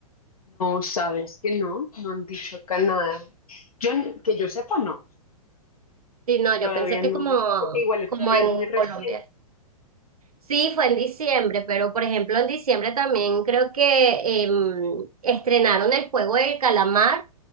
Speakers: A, on the left; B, on the right.
A: sabes que no, no han dicho acá nada. Yo, n- que yo sepa, no,
B: Sí, no,
A: todavía
B: yo pensé que
A: no,
B: como,
A: porque igual
B: como
A: todavía
B: en
A: es muy reciente.
B: Colombia. Sí, fue en diciembre, pero por ejemplo en diciembre también creo que em, estrenaron el juego del calamar